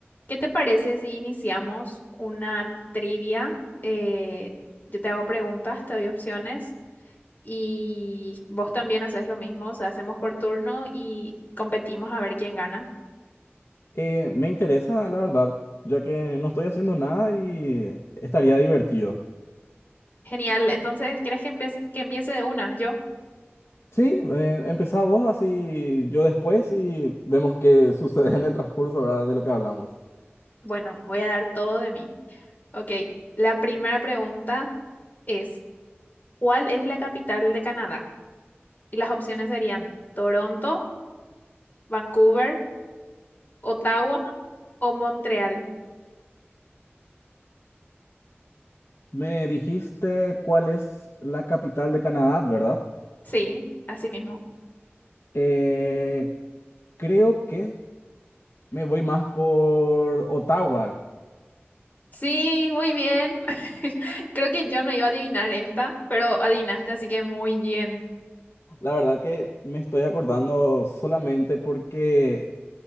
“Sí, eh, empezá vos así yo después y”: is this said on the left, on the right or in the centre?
Left